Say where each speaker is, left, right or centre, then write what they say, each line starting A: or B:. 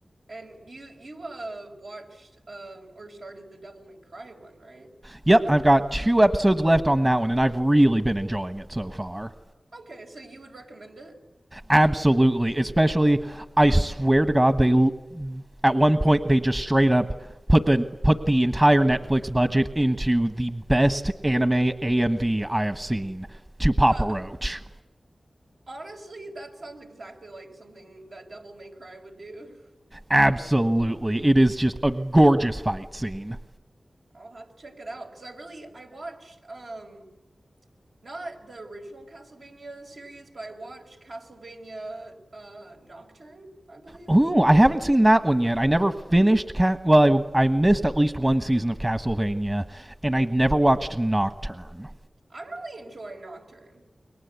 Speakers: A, on the right; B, on the right.
A: And you you uh watched um or started the Devil May Cry one, right?
B: Yep, I've got two episodes left on that one, and I've really been enjoying it so far.
A: Okay, so you would recommend it?
B: Absolutely, especially I swear to God, they at one point they just straight up put the put the entire Netflix budget into the best anime AMV I have seen to Papa
A: <laughs>
B: Roach.
A: Honestly, that sounds exactly like something that Devil May Cry would do.
B: Absolutely, it is just a gorgeous fight scene.
A: <laughs> I'll have to check it out because I really I watched um not the original Castlevania series, but I watched Castlevania uh Nocturne, I believe.
B: Ooh, I haven't seen that one yet. I never finished. Ca- well, I, I missed at least one season of Castlevania, and I never watched Nocturne.
A: I'm really enjoying Nocturne.